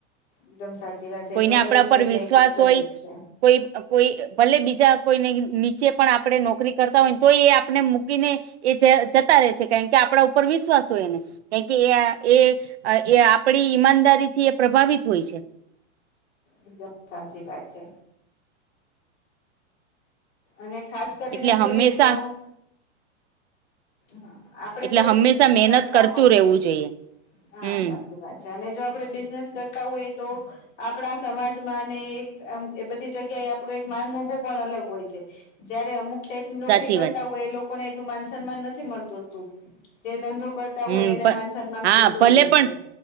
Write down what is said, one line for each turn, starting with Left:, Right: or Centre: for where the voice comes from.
Left: એકદમ સાચી વાત છે,
Right: કોઈને
Left: તો દરેક
Right: આપણા પર
Left: જગ્યા
Right: વિશ્વાસ
Left: એ ખૂબ જરૂરી
Right: હોય
Left: છે.
Right: કોઈ કોઈ ભલે બીજા કોઈને નીચે પણ આપણે નોકરી કરતા હોય, ને તો એ આપણે મૂકીને- એ જતા રહે છે. કારણ કે, આપડા ઉપર વિશ્વાસ હોય એને. કારણ કે એ- એ, એ આપડી ઈમાનદારી થી એ પ્રભાવિત હોય છે.
Left: એકદમ સાચી વાત છે. અને, ખાસ કરીને
Right: એટલે હંમેશા
Left: જોઈએ તો- હા, આપડે
Right: એટલે
Left: કોઈ
Right: હંમેશા
Left: બિઝનેસ
Right: મહેનત
Left: કરતા
Right: કરતું
Left: હોઈએ,
Right: રહેવું જોઈએ
Left: હા
Right: હમ
Left: સાચી વાત. -અને જો આપડે બિઝનેસ કરતા હોઈએ તો- આપણા સમાજમાં, ને એક એ બધી જગ્યાએ આપણો એક માન મોભો પણ અલગ હોય છે. -જયારે અમુક- ક્યાંક, નોકરી
Right: સાચી
Left: કરતા
Right: વાત
Left: હોય એ લોકોને એટલું માન સન્માન નથી મળતું હોતુ. જે ધંધો કર- -તા
Right: હમ
Left: હોય એને માન સન્માન
Right: હા
Left: મળતું
Right: ભલે
Left: હોય
Right: પણ
Left: છે.